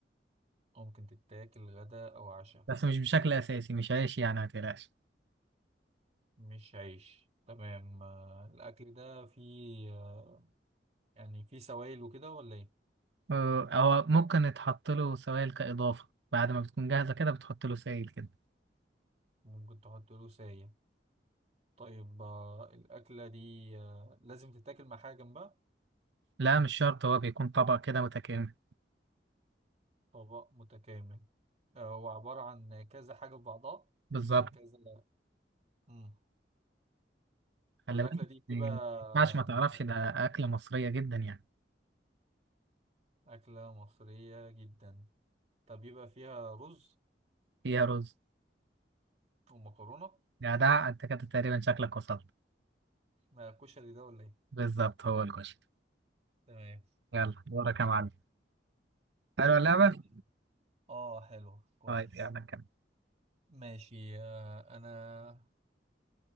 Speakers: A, on the right; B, on the right.
A: أو ممكن تتاكل غدا أو عشاء
B: بس مش بشكل اساسي مش عيش يعني ما تقلقش
A: مش عيش تمام آه، الأكل ده فيه آه، يعني فيه سوائل وكده ولا إيه
B: آه، هو ممكن يتحط له سوائل كإضافة بعد ما بتكون جاهزة كده بتحط له سائل كده
A: ممكن تحط له ساية طيب آه، الأكلة دي آه، لازم تتاكل مع حاجة جنبها
B: لا مش شرط هو بيكون طبق كده متكامل
A: طبق متكامل آه، هو عبارة عن كذا حاجة في بعضها
B: بالظبط
A: يعني كذا مم.
B: خلي
A: طب الأكلة
B: بالك
A: دي بتبقى
B: آه، ما ينفعش ما
A: آم،
B: تعرفش ده أكلة مصرية جدا يعني
A: أكلة مصرية جدا طب يبقى فيها رز
B: فيها رز
A: ومكرونة
B: جدع انت كده تقريبا شكلك وصلت
A: آه، كشري ده ولا إيه؟
B: بالظبط هو الكشري
A: تمام
B: يلا دورك يا معلم حلوة اللعبة
A: ماشي اه حلو كويس
B: طيب يلا كمل
A: ماشي آه، أنا